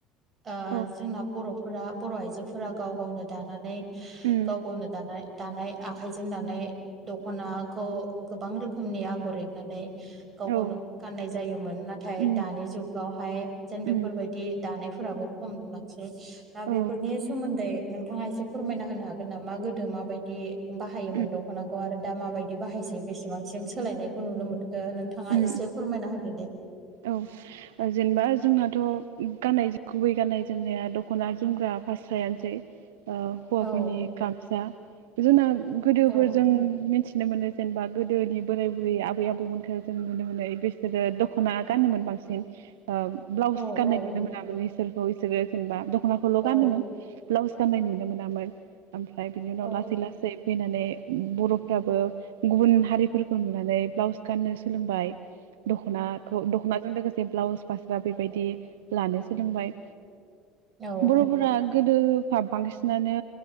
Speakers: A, on the right; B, on the right.
A: ओ
B: औ
A: जोंना बरफोरा बर आइजोफोरा गाव गावनो दानानै।
B: उम
A: गाव गावनो दानाय। दानाय आखाइजों दानाय दखनाखौ गोबां रोखोमनि आगर एरनानै। गाव गावनो
B: औ
A: गाननाय जायोमोन नाथाय
B: उम
A: दानि जुगावहाय जेन बेफोरबायदि
B: उम
A: दानाय। फोराबो खम नुलांसै दा बेफोरनि
B: औ
A: सोमोन्दै। नोंथाङा एसे फोरमायना होनो हागोन ना मा गोदो माबायदि बाहायोमोन
B: उम
A: दखनाखौ आरो दा माबायदि। बाहायसै बेसेबांसिम सोलायनायखौ नुनो मोनखो नोंथाङा
B: उम
A: एसे फोरमायना होदो दे।
B: औ जेनेबा जोंनाथ गाननाय गुबै। गाननाय जोमनाया दखना जोमग्रा फास्रायानोसै हौवाफोरनि
A: औ
B: गामसा। जोंना गोदोफोरजों
A: औ
B: मिथि। नुनो मोनो जेनेबा गोदोनि बोराय बुरै आबै आबौमोनखौ जों नुनो मोनो बिसोरो दख। खना गानो मोन बांसिन ब्लाउस
A: औ
B: गाननाय
A: औ
B: नुनो मोनामोन इसोरखौ बिसोरो जेनेबा। दखनाखौल
A: औ
B: गानोमोन ब्लाउस गाननाय नुनो मोनामोन ओमफ्राय बिनि उनाव
A: औ
B: लासै लासै फैनानै। बरफ्राबो गुबुन हारिफोरखौ नुनानै ब्लाउस गाननो सोलोंबाय। दखनाखौ दखनाजों लोगोसे ब्लाउस फास्रा बेबायदि लानो सोलोंबाय।
A: औ
B: बरफोरा। गोदोफा बांसिनानो